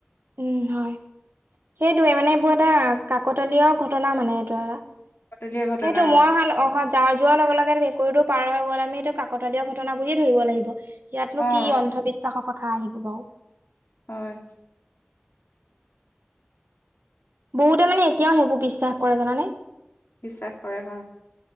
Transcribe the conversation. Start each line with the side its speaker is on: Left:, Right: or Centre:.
Right: উম হয় সেইটোৱে মানে এইবোৰ এটা কাকতলীয় ঘটনা মানে এইটো এটা
Left: পাতলীয়া ঘটনা
Right: সেইটো মই হালো অহ যা যোৱাৰ লগে লগে মেকুৰীটো পাৰ হৈ গ'ল আমি এইটো কাকতলীয়া ঘটনা বুলিয়ে ধৰিব লাগিব। ইয়াতনো
Left: অ', অ',
Right: কি অন্ধবিশ্বাসৰ কথা আহিব বাৰু।
Left: হয়।
Right: বহুতে মানে এতিয়াও সেইবোৰ বিশ্বাস কৰে জানানে।
Left: বিশ্বাস কৰে হয়।